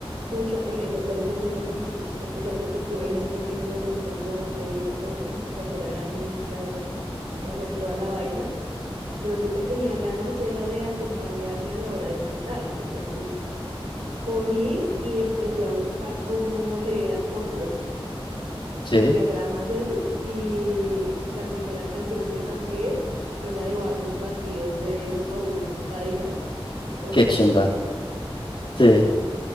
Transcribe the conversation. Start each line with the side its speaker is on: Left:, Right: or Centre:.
Right: mucha pereza hacer esos ejercicios, a pesar de que tuve gente que me los enseñó, me dijo, no, tienes que hacer arañitas, hacer toda la vaina. Yo lo que tenía ganas era de acompañarme a la hora de cantar. Entonces cogí y empecé a buscar cómo leer acordes
Left: Sí,
Right: los diagramas esos y la primera canción que saqué fue la de Vasos Vacíos de los fabulosos Cadillacs con
Left: qué chimba.
Right: Celia.
Left: Sí.